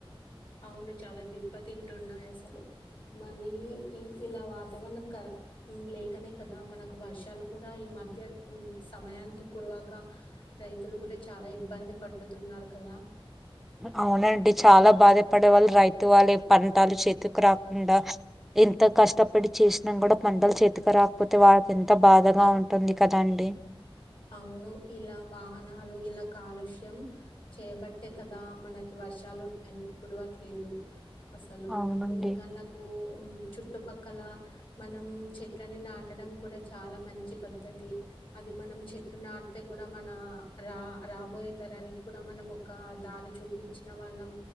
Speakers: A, on the left; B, in the centre.
A: అవును చాలా దెబ్బతింటున్నాయి అసలు. మళ్ళీ ఈ ఇలా వాతావరణం కర లేకనే కదా మనకు వర్షాలు కూడా ఈ మధ్య సమయానికి కురవక రైతులు కూడా చాలా ఇబ్బంది పడుతున్నారు కదా.
B: అవునండి చాలా బాధపడే వాళ్ళు రైతు వాళ్ళే పంటలు చేతికి రాకుండా ఎంత కష్టపడి చేసినా కూడా పంటలు చేతికి రాకపోతే వాళ్ళకి ఎంత బాధగా ఉంటుంది కదండి.
A: అవును ఇలా వాహనాలు ఇలా కాలుష్యం చేయబట్టే కదా మనకి వర్షాలు టైం కు కురవట్లేదు. అసలు
B: అవునండి
A: ఇంకా నాకు ఉ ఉమ్ చు చుట్టుపక్కల మనం చెట్లని నాటడం కూడా చాలా మంచి పద్ధతి. అది మనం చెట్టు నాడితే కూడా మన రా రాబోయే తరానికి కూడా మనం ఒక దారి చూపించిన వాళ్ళం